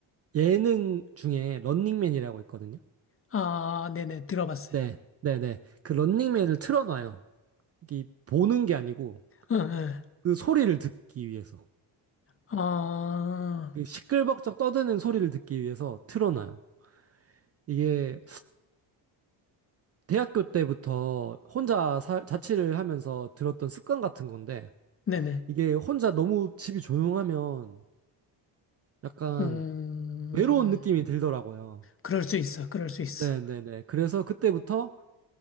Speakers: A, on the right; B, on the left.
A: 예능 중에 런닝맨이라고 있거든요.
B: 아, 네네. 들어봤어요.
A: 네, 네, 네. 그 런닝맨을 틀어놔요. 이 보는 게 아니고
B: 응, 응.
A: 그 소리를 듣기 위해서.
B: 아,
A: 그 시끌벅적 떠드는 소리를 듣기 위해서 틀어놔요. 이게 대학교 때부터 혼자 살 자취를 하면서 들었던 습관 같은 건데,
B: 네네.
A: 이게 혼자 너무 집이 조용하면 약간
B: 음,
A: 외로운 느낌이 들더라고요.
B: 그럴 수 있어. 그럴 수 있어.
A: 네네네. 그래서 그때부터